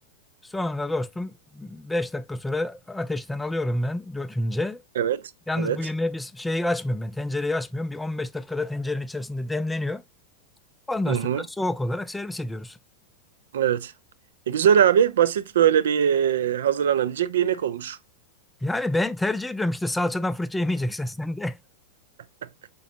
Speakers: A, in the centre; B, on the right.
A: Sonra dostum 5 dakika sonra ateşten alıyorum ben dötünce.
B: Evet.
A: Yalnız
B: Evet.
A: bu yemeğe biz şeyi açmıyorum ben tencereyi açmıyorum. Bir 15 dakikada tencerenin içerisinde demleniyor. Ondan
B: Hı
A: sonra
B: hı.
A: soğuk olarak servis ediyoruz.
B: Evet. E, güzel abi. Basit böyle bir e, hazırlanabilecek bir yemek olmuş.
A: Yani ben tercih ediyorum işte salçadan fırça yemeyeceksen sen de. <laughs>
B: <laughs>